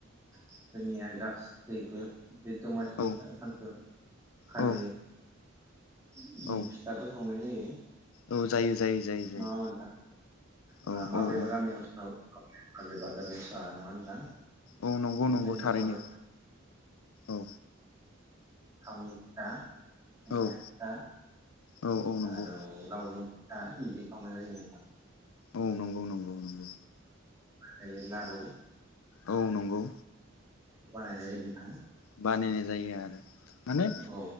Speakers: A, on the right; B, on the left.
A: जोंनिया गासैबो बे दमासि
B: औ
A: सानखौ खालि
B: औ
A: उम
B: औ
A: फिथाबो सावनाय जायो
B: औ जायो जायो जायो जायो
A: नङा होनबा नोंथां
B: औ
A: माबेबा
B: औ औ
A: गामिआव ओनसोलाव आ माबेबा। सा नङा नोंथां
B: औ नंगौ नंगौ
A: जोंनियाव
B: थारैनो
A: सावो
B: औ
A: थावनिफ्रा <unintelligible>
B: औ औ औ नंगौ
A: आरौ लावदुम, ओ इदि संनाय जायो नोंथां,
B: औ नंगौ नंगौ नंगौ
A: नैबे लारु
B: औ नंगौ
A: अवान हायद्रेहाय नोंथां
B: बानायनाय जायो आरो माने
A: औ